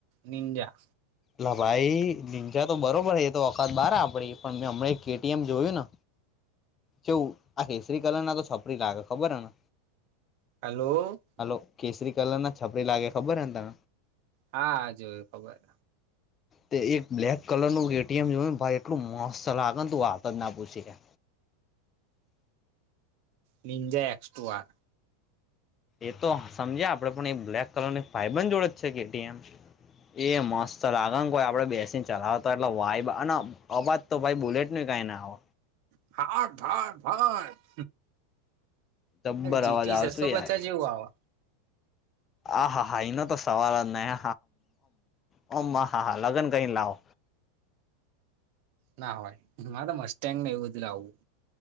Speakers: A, on the right; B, on the left.
A: નિંજા.
B: લ ભાઈ. લીંચા તો બરોબર હ. એ તો ઔકાત બારહ આપડી પણ. મેં હમણા કેટીએમ જોયું ને. કેવું? આ કેસરી કલર ના તો, છપરી લાગે. ખબર હને?
A: હલો.
B: હલો. કેસરી કલર ના છપરી લાગે. ખબર હને તને?
A: હા, હ જોયું ખબર
B: તે એક બ્લેક કલર ન એટીએમ જોયું ને ભાઈ. એટલું મસ્ત લાગે ને, તું વાતો જ ના પૂછી લે.
A: નિંજે એસ્ટ ટુઆ.
B: એ તો સમજ્યા આપડે પણ. એ બ્લેક કલરની ફાઈબ જોડે જ છે કે એમ. એ મસ્ત લાગે ને. કોઈ આપડે બેસીને ચલાવતા, એટલે વાયબ અને અબ. તો ભાઈ બુલેટ ન કઈ ના હો.
A: <unintelligible>
B: જબ્બર
A: જીટી
B: અવાજ આવે
A: છસો
B: શું યાર
A: પચાસ જેવું આવ.
B: આ હા હા. એનો તો સવાલ જ નહી. હમમહા હા લગ્ન કઈ લાવો.
A: ના હોય. મારે તો મસ્ેંગ એવું બધું લાવવું.